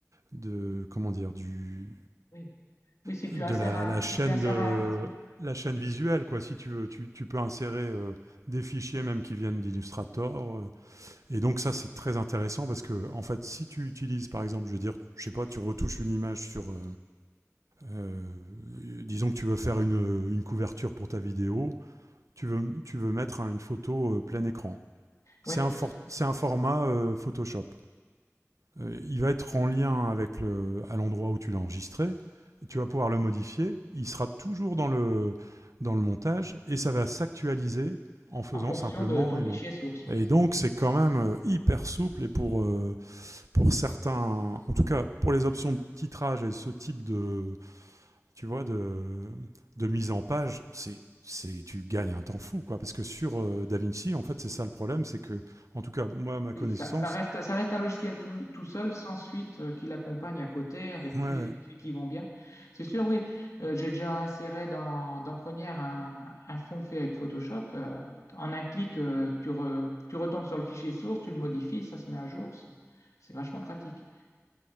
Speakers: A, on the right (about 80°); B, on the left (about 80°).
A: de comment dire du
B: Oui. Oui, si
A: de
B: tu insères
A: la,
B: un,
A: la
B: si
A: chaîne
B: tu insères
A: de
B: un,
A: la chaîne
B: ouais,
A: visuelle quoi. Si tu veux, tu, tu peux insérer euh, des fichiers même qui viennent d'Illustrator. euh. et donc ça c'est très intéressant parce que en fait si tu utilises par exemple, je veux dire, je sais pas, tu retouches une image sur, euh, euh, disons que tu veux faire une, une couverture pour ta vidéo, tu veux tu veux mettre hein, une photo euh, plein écran. C'est
B: ouais,
A: un,
B: tout
A: for-
B: à fait.
A: c'est un format euh, Photoshop. Euh, il va être en lien avec le, à l'endroit où tu l'as enregistré. Tu vas pouvoir le modifier. Il sera toujours dans le, dans le montage et ça va s'actualiser en faisant
B: En fonction
A: simplement.
B: de ton
A: euh,
B: fichier source, ouais.
A: et donc, c'est quand même euh, hyper souple et pour, euh, pour certains, en tout cas pour les options de titrage et ce type de, tu vois, de, de mise en page, c'est c'est tu gagnes un temps fou quoi parce que sur euh, DaVinci en fait c'est ça le problème c'est que en tout cas moi à ma connaissance
B: Oui, ça, ça reste, ça reste un logiciel tout, tout seul, sans suite, euh, qui l'accompagne à côté, avec
A: ouais
B: tous les outils qui vont bien. C'est sûr, oui, euh, j'ai déjà inséré dans, dans Première un, un fond fait avec Photoshop. euh, en un clic, euh, tu, re- tu retombes sur le fichier source, tu le modifies, ça se met à jour. ça- C'est vachement pratique.